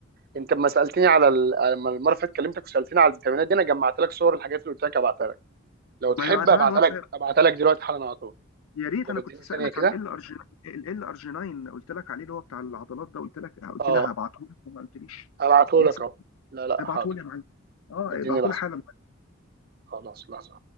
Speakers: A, on the right; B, on the left.
A: انت لما سالتني على ال- لما المره اللي فاتت كلمتك وسالتني على الفيتامينات دي انا جمعت لك صور الحاجات اللي قلت لك ابعتها لك لو تحب
B: ما بعتها
A: ابعتها
B: على الواتساب
A: لك ابعتها لك دلوقتي حالا على طول
B: يا ريت
A: طب
B: انا
A: اديني
B: كنت سالك
A: ثانيه كده
B: على ال ارجينين ال ارجينين قلت لك عليه اللي هو بتاع العضلات ده قلت لك قلت
A: اه
B: لها هبعته لك وما قلتليش
A: ابعته
B: لسه
A: لك اهو لا لا
B: ابعته
A: حاضر
B: لي يا معلم اه
A: اديني
B: ابعته
A: لحظه
B: لي حالا
A: خلاص لحظه